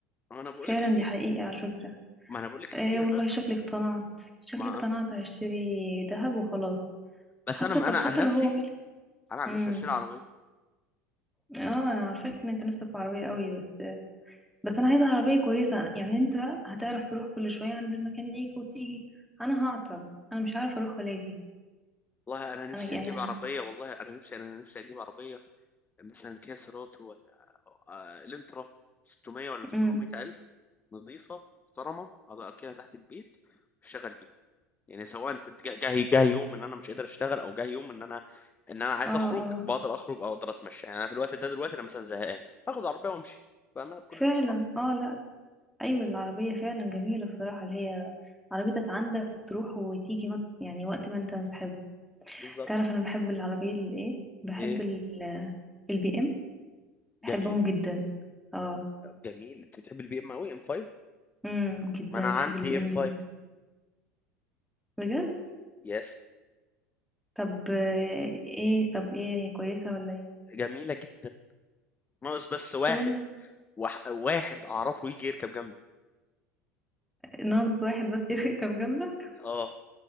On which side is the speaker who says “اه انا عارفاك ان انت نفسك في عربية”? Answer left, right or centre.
Centre